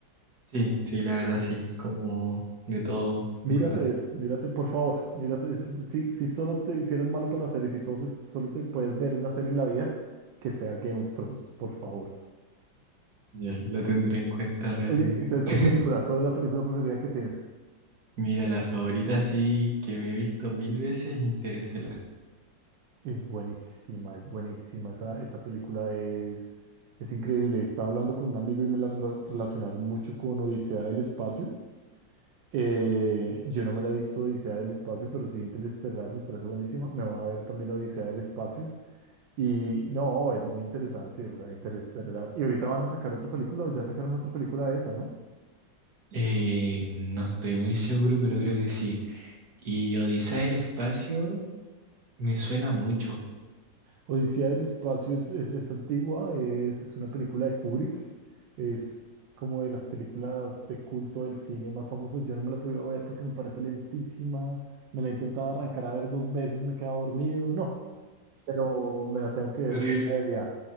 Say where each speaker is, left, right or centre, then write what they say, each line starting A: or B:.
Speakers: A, on the right (about 55°); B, on the right (about 75°).
A: Sí, sí, la verdad sí, como de todo,
B: Mírate
A: en verdad.
B: eso, mírate, por favor, mírate eso. Si, si solo te, si eres malo para las series y todo, se- solo te puedes ver una serie en la vida, que sea Game of Thrones, por favor.
A: Ya, lo tendré en cuenta realmente.
B: Oye, entonces,
A: <laughs>
B: ¿qué película? ¿Cuál es la película preferida que tienes?
A: Mira, la favorita sí que me he visto mil veces, Interestelar.
B: Es buenísima, es buenísima. Esa, esa película es, es increíble. Estaba hablando con un amigo y me la rela- relacionaron mucho con Odisea del Espacio. Eh, yo no me la he visto Odisea del Espacio, pero sí Interestelar me parece buenísima. Me voy a ver también Odisea del Espacio. Y no, es muy interesante, o sea, Interestelar. Y ahorita van a sacar otra película, o ya sacaron otra película de esa, ¿no?
A: Eh, no estoy muy seguro, pero creo que sí. Y Odisea del Espacio me suena mucho.
B: Odisea del Espacio es, es, es antigua, es, es una película de Kubrick, es como de las películas de culto del cine más famosas. Yo no me la he podido ver porque me parece lentísima, me la he intentado arrancar a ver dos veces, me he quedado dormido, no, pero me la tengo que ver
A: Terrible.
B: un día de día,